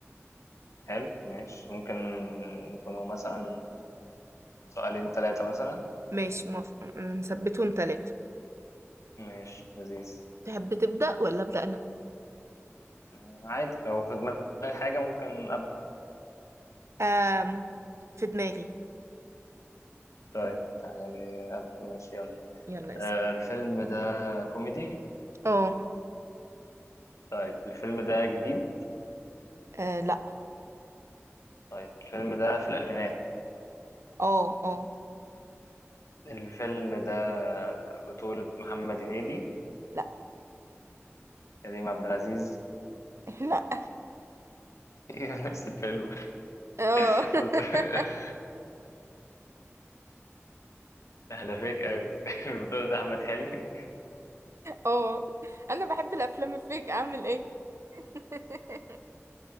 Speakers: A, on the left (about 85°); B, on the right (about 65°).
A: حلو ماشي ممكن يكونوا مثلا سؤالين ثلاثة مثلا
B: ماشي موافقة نثبتهم تلاتة
A: ماشي لذيذ
B: تحب تبدأ ولا أبدأ أنا؟
A: آه عادي لو في دماغي حاجة ممكن أبدأ
B: آم في دماغي
A: طيب تعالي أبدأ ماشي يلا
B: يلا اسأل
A: آه الفيلم ده كوميدي
B: اه
A: طيب الفيلم ده جديد
B: آه، لأ
A: طيب الفيلم ده في الألفينات
B: اه اه
A: الفيلم ده بطولة محمد هنيدي
B: لأ
A: كريم عبد العزيز
B: <laughs> لأ
A: هي نفس الفيلم
B: اه
A: <laughs>
B: <laughs>
A: احنا فيك قوي البطولة ده احمد حلمي
B: اه انا بحب الافلام الفيك اعمل ايه <laughs>